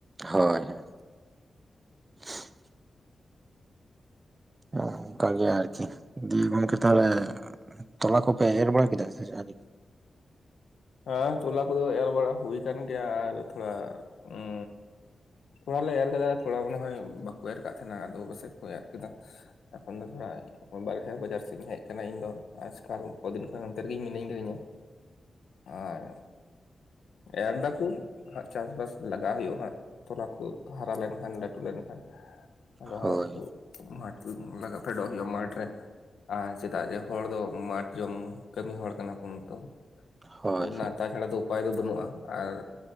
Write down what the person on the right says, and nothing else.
ᱦᱳᱭ ᱦᱮᱸ <unintelligible> ᱚ, ᱚᱱᱠᱟ ᱜᱮ ᱟᱨᱠᱤ ᱾ ᱫᱤᱭᱮ ᱜᱚᱝᱠᱮ ᱛᱟᱦᱚᱞᱮ, ᱛᱚᱞᱟ ᱠᱚᱯᱮ ᱮᱨ ᱵᱟᱲᱟ ᱠᱮᱫᱟ ᱥᱮ ᱟᱹᱣᱨᱤᱼᱼ
ᱦᱳᱭ
ᱦᱳᱭ